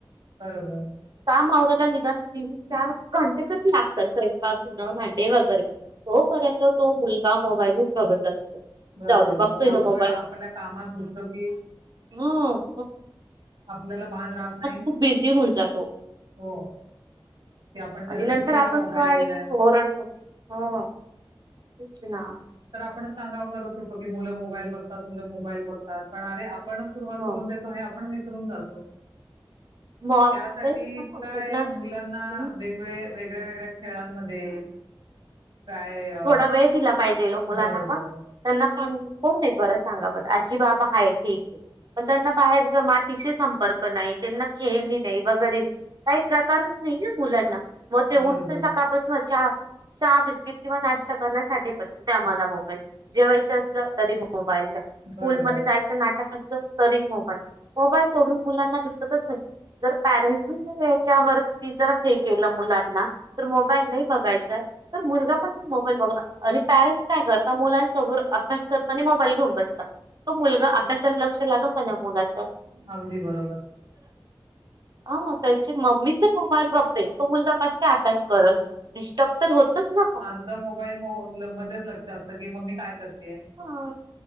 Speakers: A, on the right; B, on the right.
A: बरोबर
B: कामआवरल निदान तीन चार घंटे तरी लागतात स्वयंपाक धुन भांडे वगैरे तोपर्यंत तो मुलगा मोबाईलच बघत असतो.
A: बरोबर
B: जाऊ दे बघतोय
A: ब आपण
B: ना मोबाईल
A: आपल्या कामात घुसलो की,
B: ह
A: आपल्याला भान राहत नाही.
B: खूप बिझी होऊन जातो
A: हो की आपण त्याला
B: आणि नंतर
A: किती वेळ
B: आपण
A: मोबाईल
B: काय
A: दिलाय
B: ओरडतो हा विच ना
A: ण सांगावं करत होतो की मु मोबाईल बघतात मुलं मोबाईल बघतात पण अरे ण सुरुवात
B: हो
A: करून देतो आहे आपण फरून जातो
B: मग
A: त्यासाठी
B: तेच ना मग
A: काय
B: त्यांनाच
A: मुलांना
B: हम्म
A: वेगळे वेगळ्या वेगळ्या खेळांमध्ये काय अ,
B: थोडा वेळ दिला पाहिजे लो मुलांना
A: बरोबर
B: पण त्यां पण कोण आहे बर सांगा बर आजी बाबा आहे ठीक आहे पण त्यांना बाहेर मातीशी संपर्क नाही त्यांना खेळणी नाही वगैरे नाही काही प्रकारच नाही ना मुलांना मग ते उठत
A: बरोबर
B: सकाळपासून चहा चहा बिस्किट किंवा नाश् करण्यासाठी पण आम्हाला मोबाईल जेवायचं असलं तरी मोबाईलला स्कूलमध्येध्ये
A: बरोबर
B: जायचं नाटक अस तरी मोबाईल मोबाईल सोडून मुलांना परटच्यावरती जर हे केलं मुलांना तर मोबाईल नाही बघायचा तर मुलगा पण म मोबाईल बघणार आणि पॅरेंट्स काय करता मुलांसमोर अभ्यास करता आणि मोबाईल घेऊन बसत तो मुलगा अभ्यासाला लक्ष लागल का मुलाच
A: अगदी बरोबर
B: हा त्यांची मम्मीच मोबाईल बपते तो मुलगा कस अभ्यास करल डिस्टर्ब तर होतच ना पण
A: अर्ध मोबाईल मध्येच लक्ष असत मम्मी काय करते
B: हा